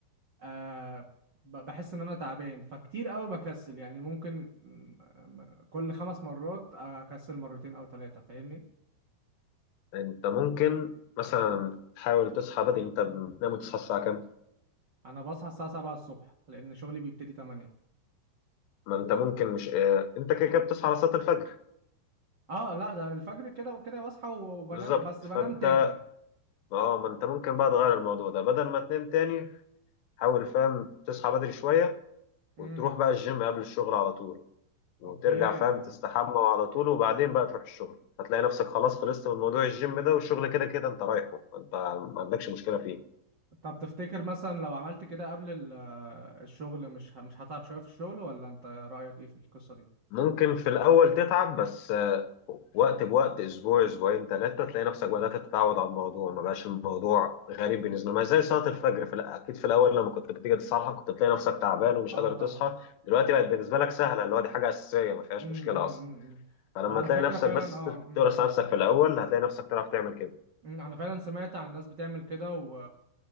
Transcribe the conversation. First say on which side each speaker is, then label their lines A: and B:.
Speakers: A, on the right; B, on the left.
A: آه ب- بحس ان انا تعبان فكتير قوي بكسل يعني ممكن م- كل خمس مرات اكسل مرتين او ثلاثة فاهمني
B: انت ممكن مثلا تحاول تصحى بدري انت بتنام وتصحى الساعه كام
A: انا بصحى الساعة 7 الصبح لان شغلي بيبتدي 8
B: ما انت ممكن مش اه، انت كده كده بتصحى على صلاه الفجر
A: اه لا ده الفجر كده وكده بصحى وبنام
B: بالظبط
A: بس
B: فانت
A: بنام تاني يعني.
B: اه ما انت ممكن بقى تغير الموضوع ده بدل ما تنام تاني حاول فاهم تصحى بدري شويه
A: امم
B: وتروح بقى الجيم قبل الشغل على طول وترجع
A: اوكي
B: فاهم تستحمى على طول وبعدين بقى تروح الشغل هتلاقي نفسك خلاص خلصت من موضوع الجيم ده والشغل كده كده انت رايحه انت ما عندكش مشكلة فيه
A: طب تفتكر مثلا لو عملت كده قبل ال- الشغل مش ه- مش هتعب شوية في الشغل ولا انت رأيك ايه في القصة دي
B: ممكن في الأول تتعب بس آه، وقت بوقت أسبوع أسبوعين ثلاثة تلاقي نفسك
A: امم
B: بدأت تتعود على الموضوع ما بقاش الموضوع غريب بالنسبة لك ما زي صلاة الفجر في الأ- أكيد في الأول لما كنت بتيجي تصحى كنت بتلاقي نفسك تعبان ومش
A: اه
B: قادر
A: طبعا
B: تصحى دلوقتي
A: امم
B: بقت بالنسبة لك سهلة اللي هو دي حاجة أساسية ما فيهاش
A: امم
B: مشكلة
A: امم
B: أصلا فلما
A: وعلى
B: تلاقي
A: فكرة
B: نفسك
A: فعلا
B: بس
A: اه امم
B: تورث نفسك في الاول هتلاقي نفسك تعرف تعمل كده
A: مم، انا فعلا سمعت عن ناس بتعمل كده و...